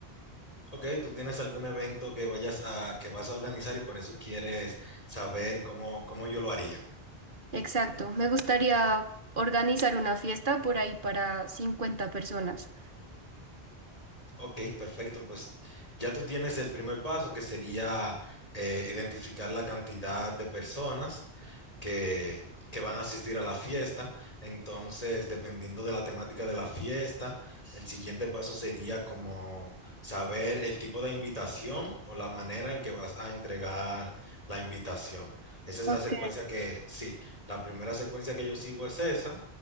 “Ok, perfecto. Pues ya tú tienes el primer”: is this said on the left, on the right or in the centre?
Left